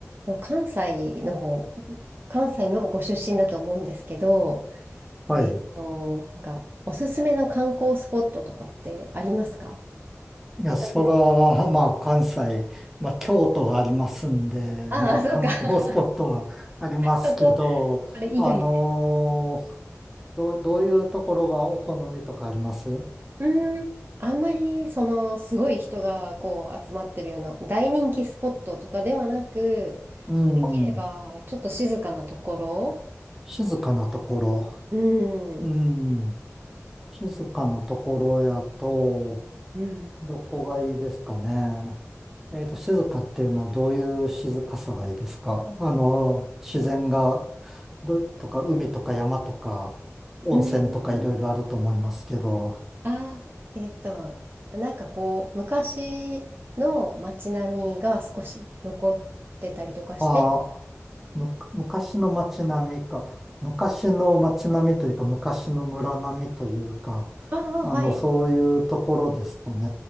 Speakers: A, on the right; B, in the centre.
A: でも関西の方、関西のご出身だと思うんですけど、
B: はい。
A: えっと、なんか、おすすめの観光スポットとかってありますか
B: いや、
A: 私、
B: そら、まあ、関西、まあ、京都がありますんで、
A: ああ、
B: まあ、
A: そうか。
B: 観光スポットはありますけど、
A: <laughs> そこ、それ以外で。
B: あのーどう、どういうところがお好みとかあります
A: うーん、あんまり、その、すごい人が、こう、集まってるような、大人気スポットとかではなく、
B: うん。
A: できれば、ちょっと静かなところ。
B: 静かなところ。
A: う
B: うん。
A: ん。
B: 静かなところやと、
A: うん。
B: どこがいいですかね。えっと、静かっていうのはどういう静かさがいいですかあの、自然が、ど、とか海とか山とか温泉とかいろいろあると思いますけど、
A: うん。あー、えっと、なんかこう、昔の街並みが少し残ってたりとかして、
B: ああ、む、昔の街並みか、昔の街並みというか昔の村並みというか、
A: ああ、
B: あの、
A: はい、
B: そういうところですとね、